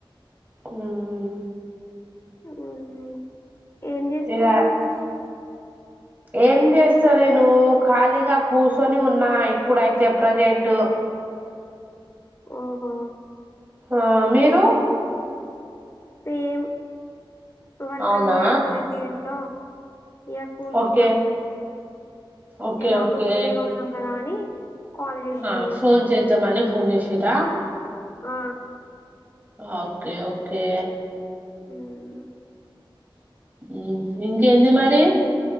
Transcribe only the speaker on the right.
ఉమ్
ఇగ
ఏం చేస్తాలేను ఖాళీగా కూర్చొని ఉన్నా ఇప్పుడైతే ప్రజెంట్
ఆ మీరు
అవునా
ఓకే ఓకే
ఓకే
ఆ
ఫోన్ చేద్దామనే ఫోన్ చేసిరా
ఓకే ఓకే
ఉమ్ ఇంకేంది మరి